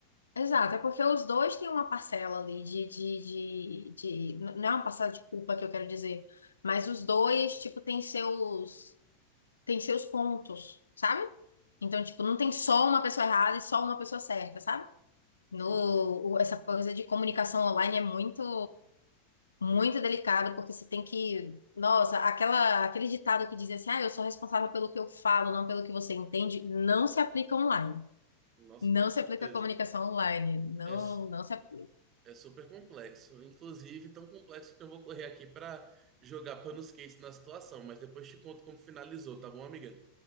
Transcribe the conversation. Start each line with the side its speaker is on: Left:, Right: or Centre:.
Left: exato. É porque os dois têm uma parcela ali de, de, de, de- Não é uma parcela de culpa que eu quero dizer, mas os dois, tipo, têm seus, têm seus pontos, sabe? Então, tipo, não tem só uma pessoa errada e só uma pessoa certa, sabe? No,
Right: Sim,
Left: o- essa coisa de comunicação online é muito, muito delicado, porque você tem que, nossa, aquela, aquele ditado que diz assim, ah, eu sou responsável pelo que eu falo, não pelo que você entende, não se aplica online.
Right: Nossa,
Left: Não
Right: com certeza.
Left: se aplica à comunicação online. Não,
Right: É, s-
Left: não se aplica.
Right: é super complexo. Inclusive, tão complexo que eu vou correr aqui pra jogar panos quentes na situação. Mas depois te conto como finalizou, tá bom, amiga?